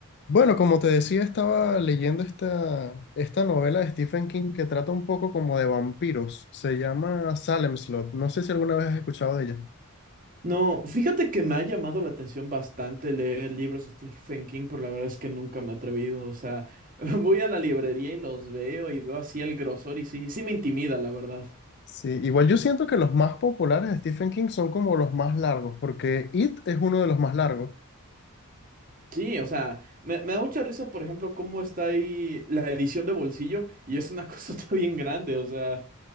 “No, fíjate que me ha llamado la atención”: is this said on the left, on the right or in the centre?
Right